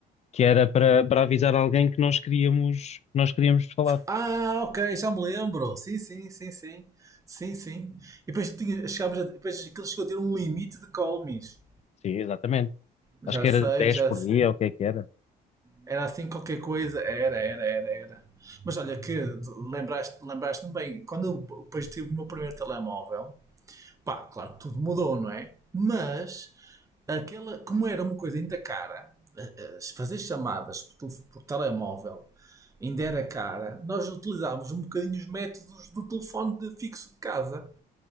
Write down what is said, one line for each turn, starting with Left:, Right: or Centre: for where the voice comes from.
Left: que era para, para avisar alguém que nós queríamos, nós queríamos falar.
Right: Ah, ok, já me lembro. Sim, sim, sim, sim. Sim, sim. E depois, tinha, chegámos a, depois aquilo chegou a ter um limite de Colmis.
Left: Sim, exatamente.
Right: Já
Left: Acho que
Right: sei,
Left: era dez
Right: já
Left: por
Right: sei.
Left: dia, ou o que é que era.
Right: Era assim qualquer coisa. Era, era, era, era. Mas olha que lembraste, lembraste-me bem, quando eu depois tive o meu primeiro telemóvel, pá, claro que tudo mudou, não é? Mas aquela, como era uma coisa ainda cara, eh, eh, fazer chamadas por, tele- por telemóvel ainda era cara, nós utilizávamos um bocadinho os métodos do telefone de fixo de casa